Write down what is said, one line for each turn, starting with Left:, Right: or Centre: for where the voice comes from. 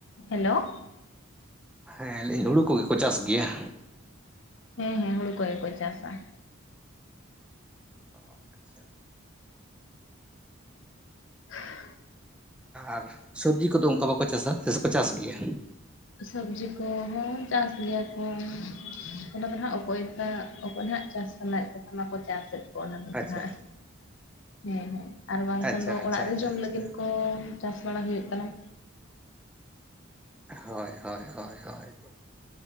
Left: ᱦᱮᱞᱳ ᱾
Centre: ᱦᱮᱸ ᱞᱟᱹᱭ ᱟᱹᱧ ᱦᱩᱲᱩ ᱠᱚ ᱜᱮ ᱠᱚ ᱪᱟᱥ ᱜᱮᱭᱟ?
Left: ᱦᱮᱸ ᱦᱮᱸ ᱦᱩᱲᱩ ᱠᱚ ᱜᱮ ᱠᱚ ᱪᱟᱥᱟ ᱾
Centre: ᱟᱪᱪᱷᱟ ᱾
Left: <inaudible>
Centre: ᱟᱨ ᱥᱚᱵᱽᱡᱤ ᱠᱚᱫᱚ ᱚᱱᱠᱟ ᱵᱟᱠᱚ ᱪᱟᱥᱟ ᱥᱮ ᱠᱚ ᱪᱟᱥ ᱜᱮᱭᱟ?
Left: ᱥᱚᱵᱽᱡᱤ ᱠᱚᱦᱚᱸ ᱪᱟᱥ ᱜᱮᱭᱟ ᱠᱚ ᱾ ᱚᱱᱟ ᱫᱚ ᱱᱟᱦᱜ ᱚᱠᱚᱭ ᱚᱠᱚᱭ ᱱᱟᱦᱟᱜ ᱪᱟᱥ ᱥᱟᱱᱟᱭ ᱮᱫ ᱠᱚ ᱠᱷᱟᱱ ᱢᱟᱠᱚ ᱪᱟᱥ ᱮᱫ ᱾ ᱚᱱᱟ ᱫᱚ
Centre: ᱟᱪᱪᱷᱟ
Left: ᱱᱟᱦᱜ,
Centre: ᱟᱪᱪᱷᱟ
Left: ᱦᱮᱸ ᱦᱮᱸ ᱟᱨ ᱵᱟᱝ
Centre: ᱟᱪᱪᱷᱟ
Left: ᱠᱷᱟᱱ ᱫᱚ
Centre: ᱟᱪᱪᱷᱟ
Left: ᱚᱲᱟᱜ
Centre: ᱟᱪᱪᱷᱟ
Left: ᱨᱮ ᱡᱚᱢ
Centre: ᱟᱪᱪᱷᱟ
Left: ᱞᱟᱹᱜᱤᱫ ᱠᱚ ᱪᱟᱥ ᱵᱟᱲᱟ ᱦᱩᱭᱩᱜ ᱠᱟᱱᱟ ᱾
Centre: ᱦᱚᱭ ᱦᱚᱭ ᱦᱚᱭ ᱦᱚᱭ,